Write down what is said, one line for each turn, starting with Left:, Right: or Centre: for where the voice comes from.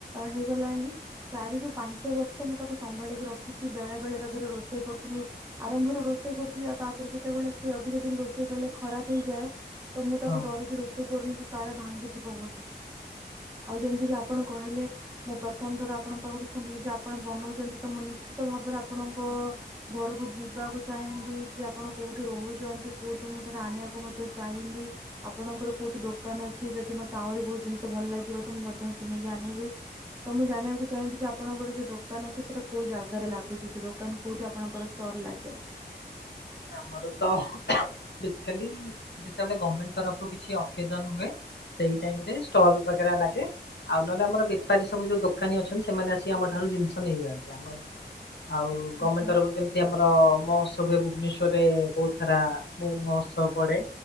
Right: ହେଇଗଲାଣି ଚାରି ରୁ ପାଞ୍ଚ ବର୍ଷ ମୁଁ ତାକୁ ସମ୍ଭାଳିକି ରଖିଛି ବେଳେ ବେଳେ ତା ଦେହରେ ରୋଷେଇ କରୁଥିଲି ଆରମ୍ଭରୁ ରୋଷେଇ କରୁଥିଲି ଆଉ ତାପରେ ଯେତେବେଳେ ସେ ଅଧିକ ଦିନ ରୋଷେଇ କଲେ ଖରାପ ହେଇଯାଏ ତ ମୁଁ ତାକୁ
Left: ହଁ
Right: ଡରିକି ରୋଷେଇ କରୁନି କି କାଳେ ଭାଙ୍ଗିଯିବ ବୋଲି। ଆଉ ଯେମିତିକି ଆପଣ କହିଲେ ମୁଁ ପ୍ରଥମ ଥର ଆପଣଙ୍କ ପାଖରୁ ଶୁଣିଲି ଯେ ଆପଣ ବନଉଛନ୍ତି ତ ମୁଁ ନିଶ୍ଚିତ ଭାବରେ ଆପଣଙ୍କୁ ଘରକୁ ଯିବାକୁ ଚାହିଁବି ଯେ ଆପଣ କୋଉଠି ରହୁଛନ୍ତି କୋଉଠୁ ମୁଁ <unintelligible> ଆଣିବାକୁ ମଧ୍ୟ ଚାହିଁବି। ଆପଣଙ୍କର କୋଉଠି ଦୋକାନ ଅଛି ଯଦି ମତେ ଆହୁରି ବହୁତ୍ ଜିନିଷ ଭଲ ଲାଗିବ ତ ମୁଁ ମଧ୍ୟ କିଣିକି ଆଣିବି। ତ ମୁଁ ଜାଣିବାକୁ ଚାହିଁବି ଯେ ଆପଣଙ୍କର ଯୋଉ ଦୋକାନ ଅଛି ସେଟା କୋଉ ଜାଗାରେ ଲାଗୁଛି ସେ ଦୋକାନ କୋଉଠି ଆପଣଙ୍କର ଷ୍ଟଲ୍ ଲାଗେ।
Left: ଆମର ତ ବେସିକାଲି ଯେତେବେଳେ ଗମେଣ୍ଟ ତରଫରୁ କିଛି ଅକେଜନ ହୁଏ। ସେଇ ଟାଇମ୍ ରେ ଷ୍ଟଲ୍ ବଗେରା ଲାଗେ‌‌। ଆଉ ନହେଲେ ଆମର ବେପାରୀ ସବୁ ଯୋଉ ଦୋକାନୀ ଅଛନ୍ତି ସେମାନେ ଆସିି ଆମ ଠାରୁ ଜିନିଷ ନେଇଯାଆନ୍ତି ଆମର ଆଉ ଗମେଣ୍ଟ
Right: ଆଚ୍ଛା।
Left: ତରଫରୁ ଯେମିତି ଆମର ମହୋତ୍ସବ ହୁଏ ବୁବୁ ଭୁବନେଶ୍ବରରେ ବହୁତ୍ ସାରା ମୋ ମହୋତ୍ସବ ପଡେ।